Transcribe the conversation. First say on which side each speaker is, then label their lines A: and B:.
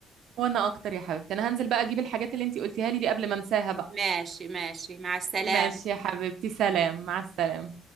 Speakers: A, on the right; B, on the right.
A: وانا اكتر يا حبيبتي انا هنزل بقى اجيب الحاجات اللي انتي قلتيها لي دي قبل ما انساها بقى
B: ماشي ماشي مع السلامة
A: ماشي يا حبيبتي سلام مع السلامه